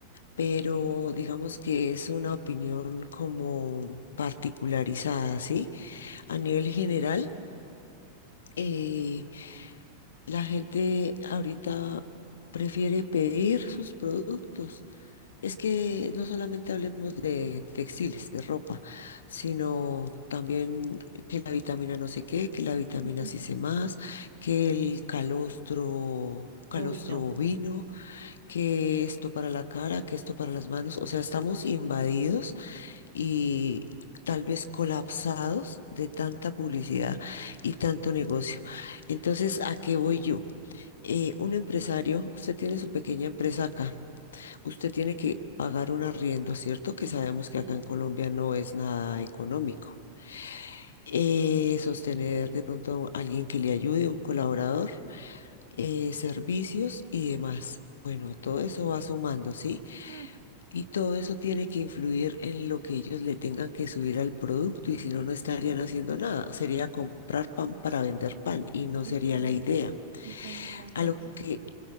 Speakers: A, on the left; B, on the right.
A: pero digamos que es una opinión como particularizada, ¿sí? A nivel general, eh, la gente ahorita prefiere pedir sus productos Es que no solamente hablemos de textiles, de ropa, sino también que la vitamina no sé qué, que la vitamina
B: <laughs>
A: sí sé más, que el calostro, calostro
B: Bovino.
A: bovino, que esto para la cara, que esto para las manos. O sea, estamos invadidos y tal vez colapsados de tanta publicidad y tanto negocio. Entonces, ¿a qué voy yo? Eh, un empresario, usted tiene su pequeña empresa acá usted tiene que pagar un arriendo, ¿cierto? Que sabemos que
B: Sí.
A: acá en Colombia no es nada económico. Eh, sostener de pronto a alguien que le ayude, un colaborador, eh, servicios y demás. Bueno, todo eso va sumando, ¿sí?
B: Mm,
A: Y todo eso tiene que influir en lo que ellos le tengan que subir al producto y si no, no estarían haciendo nada. Sería comprar pan para vender pan y no
B: Y
A: sería
B: esta es,
A: la idea.
B: esta es la gracia,
A: A lo que,